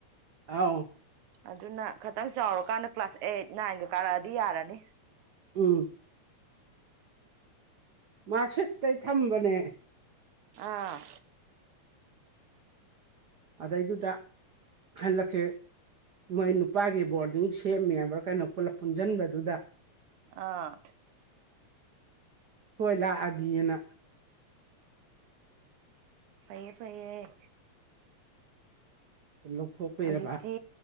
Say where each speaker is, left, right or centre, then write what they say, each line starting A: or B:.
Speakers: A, on the right; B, on the right.
A: ꯑꯥꯎ
B: ꯑꯗꯨꯅ ꯈꯤꯇꯪ ꯆꯥꯎꯔꯀꯥꯟꯗ ꯀ꯭ꯂꯥꯁ ꯑꯩꯠ ꯅꯥꯏꯟꯒ ꯀꯥꯔꯛꯑꯗꯤ ꯌꯥꯔꯅꯤ
A: ꯎꯝ ꯃꯥꯁꯤꯇꯩ ꯊꯝꯕꯅꯦ
B: ꯑꯥ
A: ꯑꯗꯩꯗꯨꯗ ꯍꯜꯂꯛꯁ ꯃꯣꯏ ꯅꯨꯄꯥꯒꯤ ꯕꯣꯔꯗꯤꯡ ꯁꯦꯝꯃꯦꯕ꯭ꯔ ꯀꯩꯅꯣ ꯄꯨꯟꯁꯤꯟꯕꯗꯨꯗ
B: ꯑꯥ
A: ꯁꯣꯏ ꯂꯥꯛꯑꯗꯅ
B: ꯐꯩ ꯐꯩꯩ
A: ꯂꯧꯊꯣꯛꯄꯤꯔꯕ
B: ꯍꯧꯖꯤꯛꯇꯤ